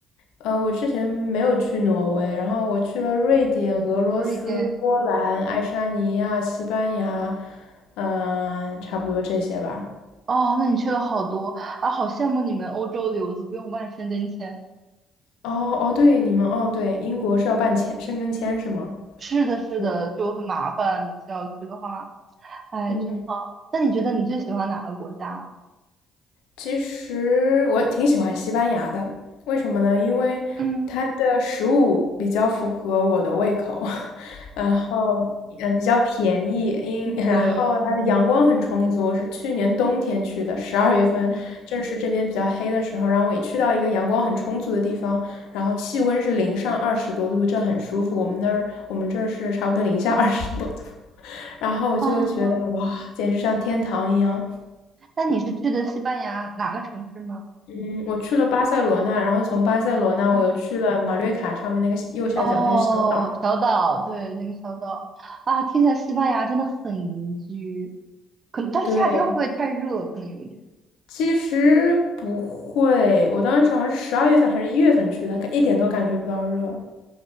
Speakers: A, on the left (about 65°); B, on the right (about 40°).
A: 呃，我之前没有去挪威，然后我去了瑞典、
B: 嗯，
A: 俄罗斯、
B: 瑞典
A: 波兰、爱沙尼亚、西班牙，嗯、差不多这些吧。
B: 哦，那你去了好多啊，好羡慕你们欧洲留子不用办申根签。
A: 哦哦，对，你们哦对，英国是要办签申根签是吗？
B: 是的，是的，
A: 对
B: 就很麻烦，每次要去的话，哎，
A: 对，
B: 真好。那你觉得你最喜欢哪个国家？
A: 其实我挺喜欢西班牙的，为什么呢？因为它的食物比较符合我的胃口，
B: 嗯，
A: <laughs> 然后嗯比较便宜，因然后它的阳光很充足。
B: 对，
A: 我是去年冬天去的，十二月份正是这边比较黑的时候，
B: 嗯，
A: 然后我一去到一个阳光很充足的地方，然后气温是零上二十多度，这很舒服。我们那儿我们这儿是差不多零下二十多度，<laughs> 然后我就觉得哇，
B: 哦，
A: 简直像天堂一样。
B: 那你是去的西班牙哪个城市呢？
A: 嗯，我去了巴塞罗那，然后从巴塞罗那我又去了马略卡上面那个右下角那个小岛。
B: 嗯。哦，小岛，对，那个小岛啊，听起来西班牙真的很宜居，可能，但是夏天会不会太热？
A: 对，
B: 可能有一点，
A: 其实不会，我当时好像是十二月份还是一月份去的，一点都感觉不到热。